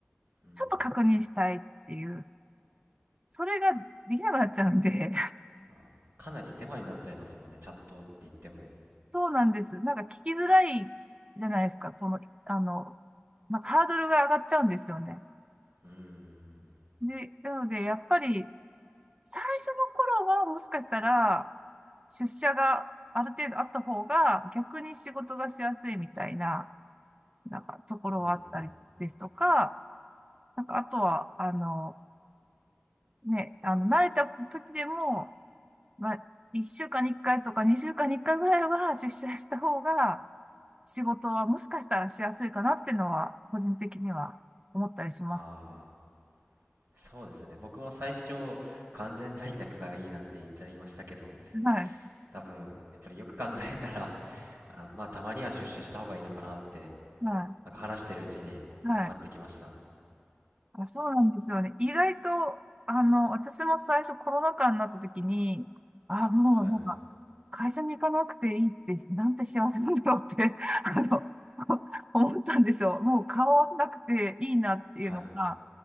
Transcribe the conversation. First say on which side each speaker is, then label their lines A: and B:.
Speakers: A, on the right; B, on the right.
A: うん、
B: ちょっと確認したいっていう、それができなくなっちゃうんで、
A: あーかなり手間になっちゃいますもんね、チャットって言っても。
B: そうなんです。なんか聞きづらいじゃないですか。この、あの、なんかハードルが上がっちゃうんですよね。
A: うん、
B: で、なので、やっぱり、最初の頃はもしかしたら、出社がある程度あった方が、逆に仕事がしやすいみたいな、なんかところはあったりですとか、
A: うん、うん、
B: なんかあとは、あの、ね、あの、慣れた時でも、まあ、1週間に1回とか2週間に1回ぐらいは出社した方が、仕事はもしかしたらしやすいかなっていうのは、個人的には思ったりします。
A: ああ、そうですね、僕も最初、完全在宅がいいなんて言っちゃいましたけど、
B: はい。
A: 多分、やっぱりよく考えたら、<laughs> あ、まあ、たまには出社した方がいいのかなって、
B: は
A: なんか話してるうちに変わってきました。
B: い。はい。あ、そうなんですよね。意外と、あの、私も最初コロナ禍になった時に、あ、もうなんか、
A: はい、
B: 会社に行かなくていいって、なんて幸せなんだろうって、<laughs> あの、<laughs> 思ったんですよ。もう顔合わせなくていいなっていうのが、
A: はい、